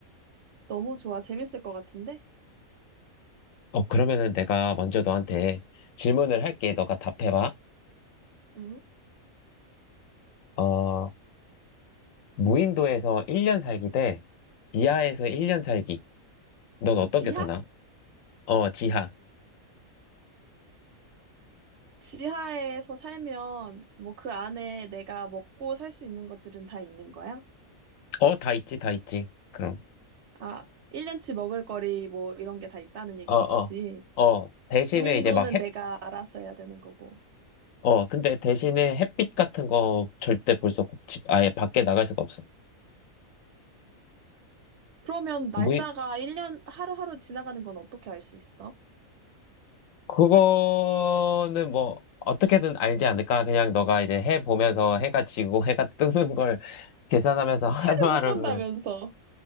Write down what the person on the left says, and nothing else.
어, 그러면은 내가 먼저 너한테 질문을 할게. 너가 답해봐.
어, 무인도에서 1년 살기 대 지하에서 1년 살기. 넌 어떤
게 더 나아? 어, 지하.
어, 다 있지, 다 있지. 그럼.
어, 어,
어, 대신에
이제 막 햇,
어, 근데 대신에 햇빛 같은 거 절대 볼 수 없고, 집, 아예 밖에 나갈 수가 없어.
무이,
그거는 뭐, 어떻게든 알지 않을까? 그냥 너가 이제 해 보면서 해가 지고 <laughs> 해가 뜨는 걸 <laughs> 계산하면서 하루하루를,